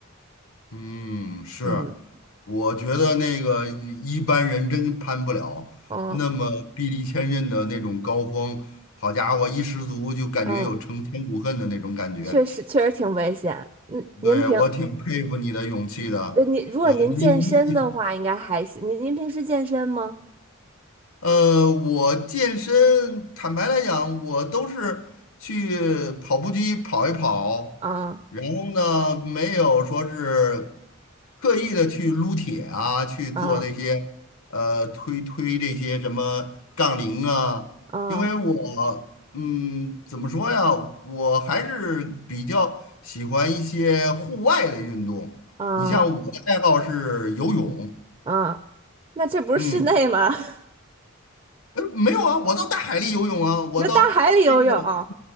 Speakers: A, on the left; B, on the right.
A: 嗯，是，
B: 嗯
A: 我觉得那个一般人真攀不了，
B: 嗯
A: 那么臂力千仞的那种高峰，好家伙，一失足就感觉有成千古恨的那种感觉。
B: 嗯，确实确实挺危险。嗯，您平
A: 对，我挺佩服你的勇气的，
B: 呃您如果您健身的话，
A: 呃，你你 <laughs>
B: 应该还行。您您平时健身吗？
A: 呃，我健身，坦白来讲，我都是去跑步机跑一跑，
B: 啊
A: 然后呢，没有说是刻意的去撸铁啊，去做那些呃推推这些什么杠铃啊，
B: 啊啊
A: 因为我嗯，怎么说呀，我还是比较喜欢一些户外的运动。
B: 啊
A: 你像我的爱好是游泳，
B: 啊！那这不是室内吗？
A: 嗯。
B: <laughs>
A: 呃，没有啊，我到大海里游泳啊，我到这个，
B: 那大海里游泳，